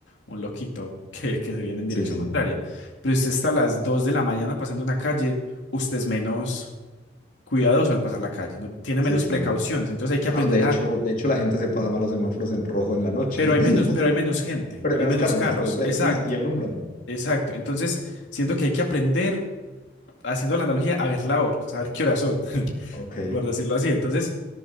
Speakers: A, on the left (about 85°); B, on the left (about 50°).
A: un loquito <laughs> que, que se viene en
B: sí,
A: dirección
B: sí,
A: contraria. Pero usted está a las 2 de la mañana pasando una calle, usted es menos cuidadoso al pasar la calle, no tiene
B: sí,
A: menos
B: claro.
A: precauciones, entonces hay que aprender
B: No, de hecho,
A: a
B: de hecho la gente se pasa mal los semáforos en rojo en la noche.
A: Pero
B: <laughs>
A: hay menos, pero hay menos gente,
B: Pero
A: hay
B: hay menos
A: menos
B: carros,
A: carros.
B: los puedes ver.
A: Exacto,
B: Y, y alumbran.
A: exacto. Entonces, siento que hay que aprender, haciendo la analogía, a ver la hora, saber qué horas son, <laughs>
B: Ok.
A: por decirlo así. Entonces,